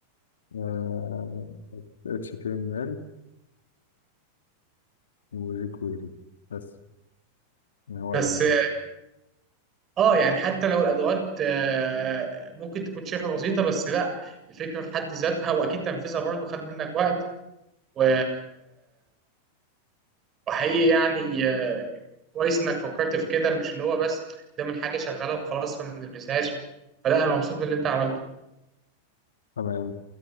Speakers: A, on the left; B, on the right.
A: آه، HTML وجيك ويلي بس يعني هو
B: بس
A: يعني
B: اه آه، يعني حتى لو الادوات آه، ممكن تكون شايفها بسيطه بس لا الفكره في حد ذاتها واكيد تنفيذها برضو خد منك وقت و... وحقيقي يعني آه، كويس انك فكرت في كده مش اللي هو بس ده من حاجه شغاله وخلاص فما نلمسهاش فلا انا مبسوط من اللي انت عملته
A: تمام